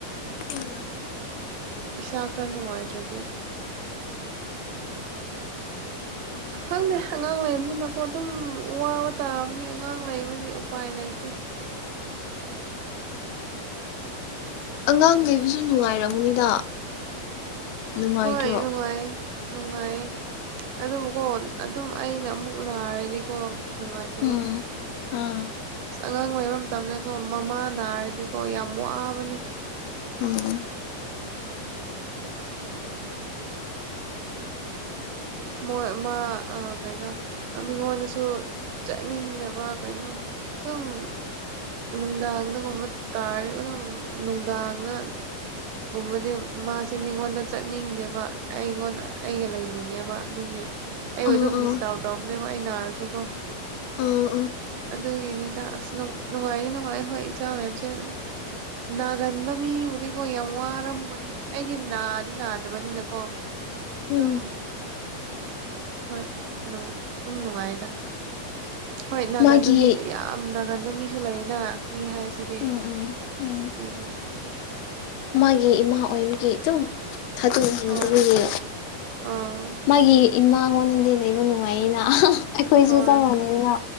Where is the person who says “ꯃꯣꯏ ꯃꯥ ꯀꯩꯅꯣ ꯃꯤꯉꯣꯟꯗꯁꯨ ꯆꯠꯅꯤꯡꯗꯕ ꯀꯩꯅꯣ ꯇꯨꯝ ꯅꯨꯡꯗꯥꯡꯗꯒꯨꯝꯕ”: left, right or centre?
Right